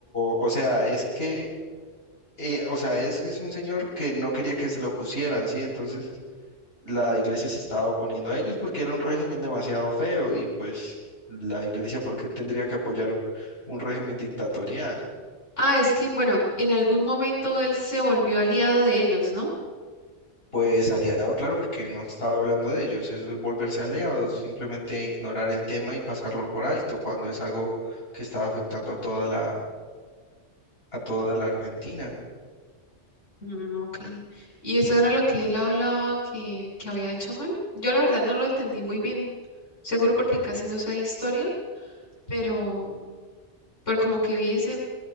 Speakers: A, on the left; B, on the left.
A: o sea, es que eh, o sea, es, es un señor que no quería que se lo pusieran, ¿sí? Entonces la iglesia se estaba oponiendo a ellos porque era un régimen demasiado feo y pues la iglesia, ¿por qué tendría que apoyar un, un régimen dictatorial?
B: Ah, es que, bueno, en algún momento él se volvió aliado de ellos, ¿no?
A: Pues aliado, claro, porque no estaba hablando de ellos, eso es volverse aliado simplemente ignorar el tema y pasarlo por alto cuando es algo que estaba afectando a toda la, a toda la Argentina.
B: Mm, ok. ¿Y eso era lo que él hablaba que, que había hecho mal? Yo la verdad no lo entendí muy bien, seguro porque casi no sé de historia, pero, pero como que vi ese,